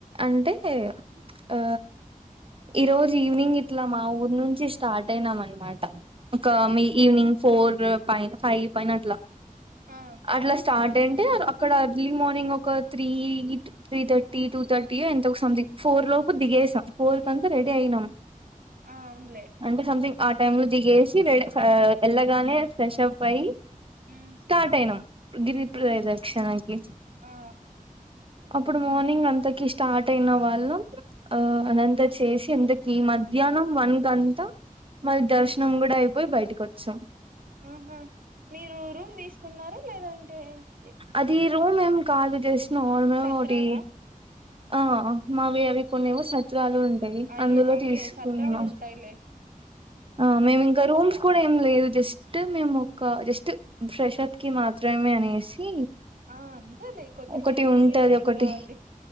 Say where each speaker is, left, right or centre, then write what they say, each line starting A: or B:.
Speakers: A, on the right; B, on the right.
A: అంటే ఆ ఈ రోజు ఈవినింగ్ ఇట్లా మా ఊరు నుంచి స్టార్ట్ అయినాం అన్మాట ఒక
B: ఆ
A: మీ ఈవినింగ్ ఫోర్ పైన ఫైవ్ పైన అట్లా
B: ఆ
A: అట్లా స్టార్ట్ అంటే అక్కడ అర్లీ మార్నింగ్ ఒక త్రీ త్రీథర్టీ టూ థర్టీయో ఎంతో సంథింగ్ ఫోర్ లోపు దిగేసాం ఫోర్ కంతా రెడీ అయినాం
B: ఆ అవునులే
A: అంటే సమ్థింగ్ ఆ ట్రైన్ కుడా దిగేసి రె ఎళ్లగానే ఫ్రెషప్ అయ్యి
B: మ్మ్
A: స్టార్ట్ అయినాం గీరి ప్రదక్షిణకి
B: ఆ ఆ
A: అప్పుడు మార్నింగ్ అంతకి స్టార్ట్ అయిన వాళ్ళం ఆ
B: మ్మ్
A: అదంతా చేసి కిందకి మధ్యాహ్నం వన్ కాంత మరి దర్శనం
B: ఆ
A: కూడా అయిపోయి బైటకొచం
B: ఆహా మీరు రూమ్ తీసుకున్నారా లేదంటే ఇ-
A: అది
B: ఇంగ
A: రూమ్
B: మా
A: మేం కాలీ చేసినం మేము
B: సత్రాలా
A: ఒకటి. ఆహ్ ఆహ్ మావి అవి కొన్నేమో షట్. చ్రాలు ఉంటాయి
B: అయ్యే
A: అందులో
B: అవునులే
A: తీసుకున్నా.
B: సత్రాలు ఉంటాయిలే
A: ఆహ్ మేమింకా రూమ్స్ కూడా ఏమి లేదు. జస్ట్ మేము ఒక జస్ట్ ఫ్రెష్ప్ కి మాత్రమే అనేసి.
B: ఆ అంతేలే కొద్దిసేపటికి
A: ఒకటి ఉంటది
B: ఇంకేం
A: ఒకటి
B: కావాలి